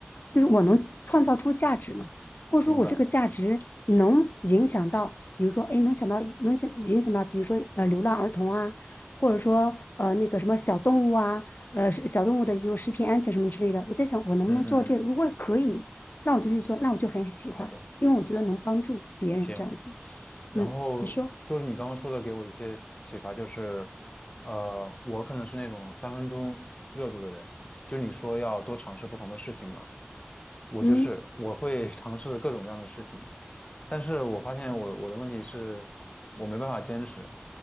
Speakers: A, on the left; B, on the left.
A: 就是我能创造出价值嘛。或者说我这个价值能影响到，
B: 明白，
A: 比如说，哎，能想到能想影响到，比如说呃流浪儿童啊，或者说呃那个什么小动物啊，呃是小动物的就是食品安全什么之类的。我在想，我能不能做这个？
B: 嗯嗯嗯，
A: 如果可以，那我就去做，那我就很喜欢，
B: 好的。
A: 因为我觉得能帮助别人这样子。
B: 行，然后就是你刚刚说的，
A: 嗯，你说，
B: 给我一些启发，就是，呃，我可能是那种三分钟热度的人，就你说要多尝试不同的事情嘛，我就是我会
A: 嗯，
B: <laughs> 尝试各种各样的事情，但是我发现我我的问题是，我没办法坚持，